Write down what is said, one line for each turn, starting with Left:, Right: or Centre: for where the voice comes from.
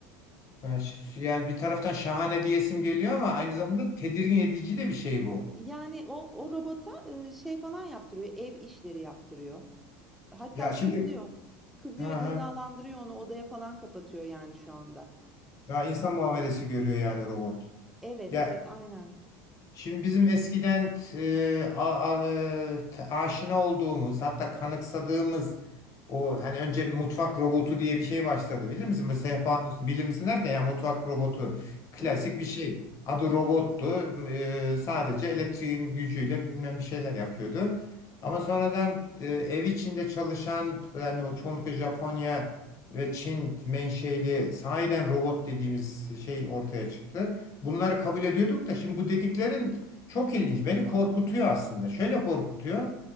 Left: Ben ş- Yani bir taraftan şahane diyesim geliyor ama aynı zamanda tedirgin edici de bir şey bu.
Centre: Yani o o robota, eee, şey falan yaptırıyor, ev işleri yaptırıyor. Hatta
Left: Ya şimdi
Centre: kızıyor. Kızıyor,
Left: ha ha,
Centre: cezalandırıyor onu, odaya falan kapatıyor yani şu anda.
Left: ya insan muamelesi görüyor yani robot.
Centre: Evet,
Left: Ya
Centre: evet, aynen.
Left: Şimdi bizim eskiden e, a- a- e, t- aşina olduğumuz hatta kanıksadığımız o hani önce mutfak robotu diye bir şey başladı bilir misin? Bu sehpanın üstü bilir misin derken yani mutfak robotu klasik
Centre: Evet.
Left: bir şey. Adı robottu. E, sadece elektriğin gücüyle bilmem bir şeyler yapıyordu. Ama sonradan e, ev içinde çalışan yani o çoğunlukla Japonya ve Çin menşeli sahiden robot dediğimiz şey ortaya çıktı. Bunları
Centre: Hı hı.
Left: kabul ediyorduk da şimdi bu dediklerin çok ilginç. Beni korkutuyor aslında. Şöyle korkutuyor.